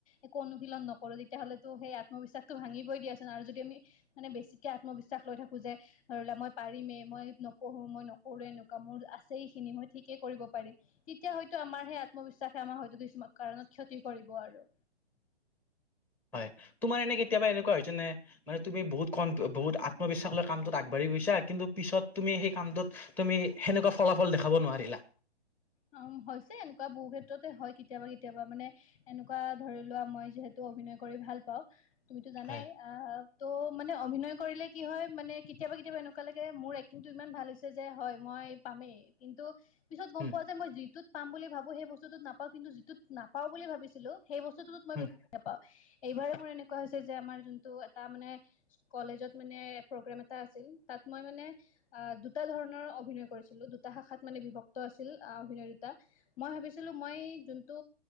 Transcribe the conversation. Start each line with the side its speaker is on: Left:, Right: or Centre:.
Left: একো অনুশীলন নকৰো তেতিয়াহ'লেতো সেই আত্মবিশ্বাসটো ভাঙিবই দিয়াচোন আৰু যদি আমি। মানে বেছিকে আত্মবিশ্বাস লৈ থাকো যে ধৰি লোৱা মই পাৰিমে মই নপঢ়ো মই নকৰো এনেকুৱা। মোৰ আছে এই খিনি মই ঠিকেই কৰিব পাৰিম। তেতিয়া হয়তো আমাৰ সেই আত্মবিশ্বাসে আমাৰ হয়তো কিছুমান। কাৰণত ক্ষতি কৰিব আৰু।
Centre: হয় তোমাৰ এনে কেতিয়াবা এনেকুৱা হৈছে নে। মানে তুমি বহুত ক বহুত আত্মবিশ্বাস লৈ কামটোত আগবাঢ়ি গৈছা। কিন্তু পিছত তুমি সেই কামটোত তুমি সেনেকুৱা ফলাফল দেখাব নোৱাৰিলা।
Left: অহ। অ হৈছে এনেকুৱা বহু ক্ষেত্ৰতে হয়। কেতিয়াবা কেতিয়াবা মানে এনেকুৱা ধৰি লোৱা মই যিহেতু। অভিনয় কৰি ভাল পাওঁ। তুমিতো জানাই
Centre: হয়
Left: আহ ত' মানে অভিনয় কৰিলে কি হয় মানে কেতিয়াবা, কেতিয়াবা এনেকুৱা লাগে মোৰ। কিন্তু ইমান ভাল হৈছে যে হয় মই পামেই কিন্তু পিছত গম।
Centre: উম
Left: পোৱা যে মই যিটোত পাম বুলি ভাবো সেই বস্তুটোত নাপাও। কিন্তু যিটোত নাপাও বুলি ভাবিছিলো। সেই বস্তুটো মই
Centre: উম
Left: বেছিকে পাওঁ এইবাৰ। মৰ এনেকোৱা হৈছে যে আমাৰ জোনটো এটা মানে কলেজ ত প্ৰগ্ৰেম এটা আছিল। তাত মই মানে। দুটা ধৰণৰ অভিনয় কৰিছিলো। দুটা শাখাত মানে বিভক্ত আছিলো। অভিনয় দুটা। মই ভাবিছিলো মই। জোনটো